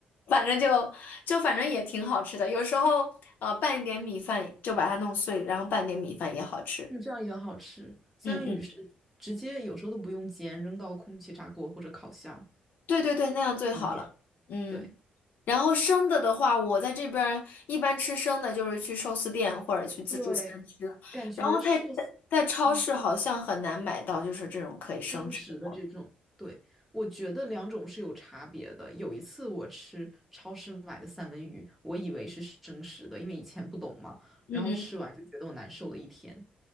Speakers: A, on the left; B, in the centre.
A: 反正就就反正也挺好吃的。有时候呃拌一点米饭，就把它弄碎，然后拌点米饭也好吃。
B: 是这样也好吃。三文鱼是直接有时候都不用煎，
A: 嗯嗯，
B: 扔到空气炸锅或者烤箱，
A: 对对对，那样最好了。
B: 方便。
A: 嗯，
B: 对
A: 然后生的的话，我在这边儿一般吃生的，就是去寿司店或者去自助餐吃，
B: 对，感觉寿司
A: 然后在在在超市好像很难买到，
B: 嗯，
A: 就是这种可以生吃的。
B: 生食的这种，对，我觉得两种是有差别的。有一次我吃超市买的三文鱼，我以为是生食的，因为以前不懂嘛，
A: 嗯嗯。
B: 然后吃完就觉得我难受了一天，
A: 嗯